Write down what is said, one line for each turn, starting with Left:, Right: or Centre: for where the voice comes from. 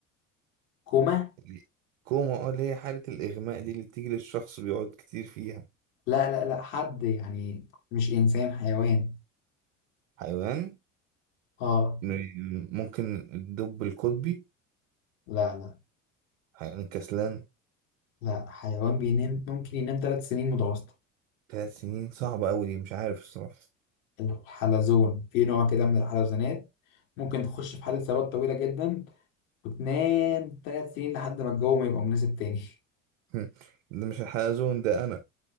Left: كوما
Right: اللي- كوما اه اللي هي حالة الإغماء دي اللي بتيجي للشخص بيقعد كتير فيها
Left: لا لا لا حد يعني مش انسان حيوان
Right: حيوان
Left: اه
Right: م- ممكن الدب القطبي
Left: لا لا
Right: حيوان كسلان
Left: لا حيوان بينام ممكن ينام ثلاث سنين متواصله
Right: ثلاث سنين صعبة أوي دي مش عارف الصراحة
Left: الحلزون في نوع كده من الحلزونات ممكن تخش في حالة ثبات طويلة جدا وتنام ثلاث سنين لحد ما الجو ما يبقى مناسب تاني
Right: هم. ده مش الحلزون ده أنا